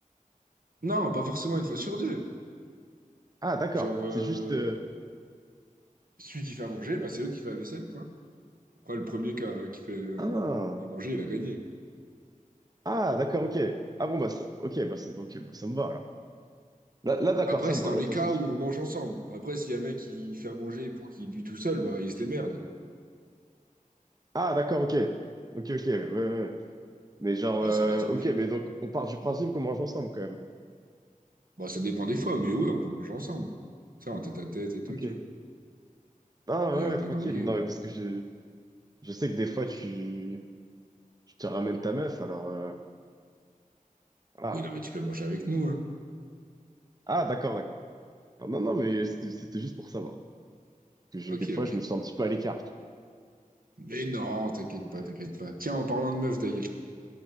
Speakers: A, on the right; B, on the right.
A: Non, pas forcément une fois sur deux.
B: Ah, d'accord.
A: Genre, euh,
B: C'est juste... euh,
A: celui qui fait à manger, bah, c'est l'autre qui fait la vaisselle, quoi. Après, le premier qui, a- qui fait euh,
B: Ah,
A: à manger, il a gagné.
B: ah d'accord, ok. Ah bon, bah, ça... ok, bah, ça... ok, bah, ça me va, alors. Là, là, d'accord,
A: Après,
B: ça
A: c'est
B: me va,
A: dans
B: y
A: les
B: a pas
A: cas
B: de souci.
A: où on mange ensemble. Après, s'il y a un mec qui fait à manger pour qu'il lui tout seul, bah, il se démerde.
B: Ah, d'accord, ok. Ok, ok, ouais, ouais. ouais. Mais genre,
A: Ouais,
B: euh,
A: ça reste logique.
B: ok, mais donc, on part du principe qu'on mange ensemble, quand même.
A: Bon, ça dépend des fois, mais ouais, on peut manger ensemble. Ça, en tête à tête et tout,
B: Ok.
A: tu vois.
B: Ah,
A: Rien,
B: ouais, ouais,
A: rien
B: tranquille.
A: d'ambigu.
B: Non, mais parce que je... Je sais que des fois, tu... Tu te ramènes ta meuf, alors... euh, Ah,
A: Oui, non, mais tu peux manger avec nous, hein.
B: ah d'accord, d'accord. Non, non, mais c'était c'était juste pour savoir. Parce que
A: Ok,
B: je- des fois,
A: ok.
B: je me sens un petit peu à l'écart, tu
A: Mais non, t'inquiète
B: vois. Donc,
A: pas,
B: euh,
A: t'inquiète pas. Tiens, en parlant de meuf d'ailleurs,